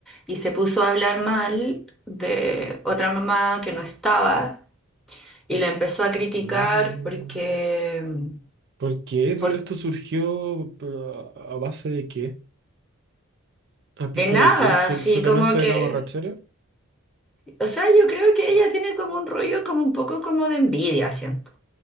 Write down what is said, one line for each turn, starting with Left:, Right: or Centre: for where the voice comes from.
Centre: y se puso a hablar mal de otra mamá que no estaba y la empezó a criticar
Right: mm.
Centre: porque, mm,
Right: ¿Por qué?
Centre: por,
Right: ¿Pero esto surgió pero, a a base de qué? ¿A pito
Centre: de nada,
Right: de qué? ¿Sol-
Centre: así
Right: solamente
Centre: como
Right: de
Centre: que,
Right: la borrachera?
Centre: o sea, yo creo que ella tiene como un rollo como un poco como de envidia, siento,